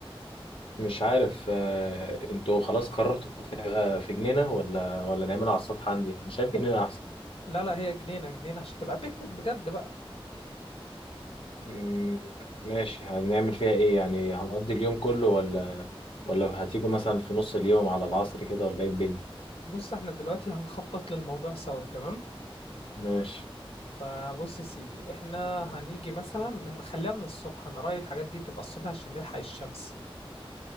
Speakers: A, on the left; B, on the left.
A: مش عارف آه، انتوا خلاص قررتوا تبقى في جنينة ولا ولا نعملها على السطح عندي انا شايف جنينة احسن
B: لا لا هي جنينه جنينه عشان تبقى بيكنيك بجد بقى
A: مم، ماشي هنعمل فيها ايه يعني هنقضي اليوم كله ولا ولا هتيجوا مثلا في نص اليوم على العصر كده ولا ايه الدنيا
B: بص احنا دلوقتي هنخطط للموضوع سوا تمام
A: ماشي
B: فبص يا سيدي احنا هنيجي مثلا من خليها من الصبح انا رايي الحاجات دي تبقى الصبح عشان نلحق الشمس